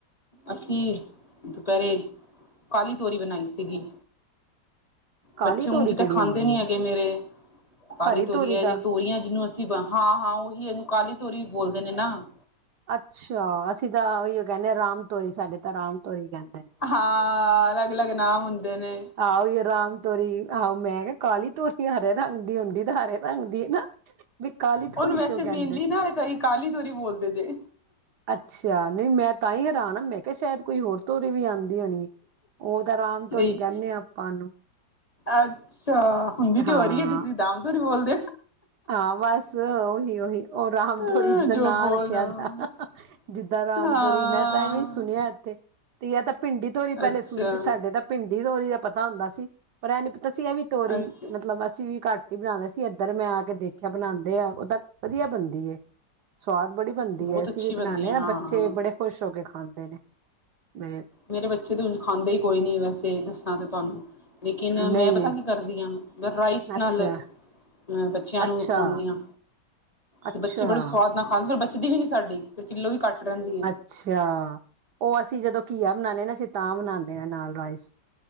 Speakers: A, on the left (about 25°); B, on the right (about 70°).
A: ਅਸੀਂ ਦੁਪਹਿਰੇ ਕਾਲੀ ਤੋਰੀ ਬਣਾਈ ਸੀਗੀ।
B: ਕਾਲੀ
A: ਬੱਚੇ
B: ਤੋਰੀ
A: ਹੁਣ ਜਿਦਾਂ
B: ਕਿਹੜੀ
A: ਖਾਂਦੇ
B: ਹੁੰਦੀ
A: ਨੀ ਹੈਗੇ
B: ਆ
A: ਮੇਰੇ ਕਾਲੀ
B: ਹਰੀ
A: ਤੋਰੀ ਐ
B: ਦਾ
A: ਜੇ ਤੋਰੀਆਂ ਐ ਜਿਨੂੰ ਅਸੀਂ ਬ ਹਾਂ-ਹਾਂ, ਉਹੀ ਇਹਨੂੰ ਕਾਲੀ ਤੋਰੀ ਵੀ ਬੋਲਦੇ ਨੇ ਨਾ।
B: ਅੱਛਾ, ਅਸੀਂ ਤਾਂ ਉਹੀ ਕਹਿੰਦੇ ਆ ਰਾਮ ਤੋਰੀ ਸਾਡੇ ਤਾਂ ਰਾਮ ਤੋਰੀ ਕਹਿੰ
A: ਹਾਂ ਅਲੱਗ ਅਲੱਗ ਨਾਮ ਹੁੰਦੇ ਨੇ
B: ਹਾਂ ਓਹੀ ਰਾਮ ਤੋਰੀ ਆਹੋ ਮੈਂ ਕਿਹਾ ਕਾਲੀ ਤੋਰੀ ਹਰੇ ਰੰਗ ਦੀ ਹੁੰਦੀ ਤੇ ਹਰੇ ਰੰਗ ਦੀ ਏ ਨਾ। ਵਈ ਕਾਲੀ
A: ਉਹਨੂੰ
B: ਤੋਰੀ
A: ਵੈਸੇ
B: ਕਿਉਂ ਕਹਿੰਦੇ
A: ਮੇਨਲੀ
B: ਨੇ?
A: ਨਾ ਕਈ ਕਾਲੀ ਤਰੀ ਬੋਲਦੇ ਜੇ।
B: ਅੱਛਾ, ਨਹੀ ਮੈਂ ਤਾਂ ਹੀ ਹੈਰਾਨ ਆ, ਮੈਂ ਕਿਹਾ ਸ਼ਾਇਦ ਕੋਈ ਹੋਰ ਤੋਰੀ ਵੀ ਆਂਦੀ ਹੋਣੀ ਏ, ਉਹ ਤਾਂ ਰਾਮ
A: ਨਹੀਂ
B: ਤੋਰੀ ਕਹਿੰਦੇ ਆਂ ਆਪਾਂ ਉਹਨੂੰ।
A: ਅੱਛਾ ਹੁੰਦੀ ਤੇ
B: ਹਾਂ
A: ਹੋਰੀ ਏ ਤੁਸੀਂ ਦਮ ਧੂਰੀ ਬੋਲਦੇ।
B: ਹਾਂ ਬਸ ਓਹੀ-ਓਹੀ ਓ ਰਾਮਧੋਰੀ
A: ਹੋ
B: ਜਿੱਦਾ
A: ਜੋ
B: ਨਾਂ
A: ਬੋਲ
B: ਰੱਖਿਆ
A: ਰਹੇ ਹੋ
B: ਦਾ। ਜਿੱਦਾਂ ਰਾਮ
A: ਹਾਂ
B: ਤੋਰੀ ਮੈਂ ਤਾਂ ਐਵੇਂ ਈ ਸੁਣਿਆ ਐਥੇ। ਤੇ ਜੱਟਤਾਂ ਭਿੰਡੀ ਤੋਰੀ ਪਹਿਲੇ
A: ਅੱਛਾ
B: ਸੁਣਦੀ ਸਾਡੇ ਤਾਂ ਭਿੰਡੀ ਤੋਰੀ ਦਾ ਪਤਾ ਹੁੰਦਾ ਸੀ ਪਰ ਐ ਨੀ ਪਤਾ ਸੀ ਐ ਵੀ ਤੋਰੀ
A: ਅੱਛਾ
B: ਮਤਲਬ ਅਸੀਂ ਵੀ ਘੱਟ ਈ ਬਣਾਂਦੇ ਸੀ ਇੱਧਰ ਮੈਂ ਆ ਕੇ ਦੇਖਿਆ ਬਣਾਂਦੇ ਆ ਓਦਾ ਵਧੀਆ ਬਣਦੀ ਏ। ਸਵਾਦ ਬੜੀ ਬਣਦੀ
A: ਬਹੁਤ
B: ਐ ਅਸੀਂ
A: ਅੱਛੀ
B: ਵੀ
A: ਬਣਦੀ
B: ਬਨਾਣੇ ਆ
A: ਹੈ
B: ਨਾ
A: ਹਾਂ
B: ਬੱਚੇ
A: ਹਾਂ
B: ਬੜੇ ਖੁਸ਼ ਹੋ ਕੇ ਖਾਂਦੇ ਨੇ। <unintelligible>
A: ਮੇਰੇ ਬੱਚੇ ਤੇ ਹੁਣ ਖਾਂਦੇ ਹੀ ਕੋਈ ਨੀਂ ਵੈਸੇ ਦੱਸਾਂ ਤੇ ਤੁਹਾਨੂੰ। ਲੇਕਿਨ
B: ਨਹੀਂ
A: ਮੈਂ ਪਤਾ
B: ਨਹੀਂ
A: ਕੀ ਕਰਦੀ ਹਾਂ ਮੈਂ ਰਾਈਸ
B: ਅੱਛਾ
A: ਨਾਲ ਅ ਬੱਚਿਆਂ
B: ਅੱਛਾ
A: ਨੂੰ ਖਵਾਨੀ ਆਂ,
B: ਅੱਛਾ
A: ਤੇ ਬੱਚੇ ਬੜੇ ਸਵਾਦ ਨਾਲ ਖਾਂਦੇ, ਫਿਰ ਬਚਦੀ ਵੀ ਨਹੀਂ ਸਾਡੀ। ਫਿਰ ਕਿੱਲੋ ਵੀ ਘੱਟ ਰਹਿੰਦੀ ਏ।
B: ਅੱਛਾ, ਉਹ ਅਸੀਂ ਜਦੋਂ ਘੀਆ ਬਨਾਨੇ ਆਂ ਨਾ, ਅਸੀਂ ਤਾਂ ਬਨਾਨੇ ਆਂ ਰਾਈਸ,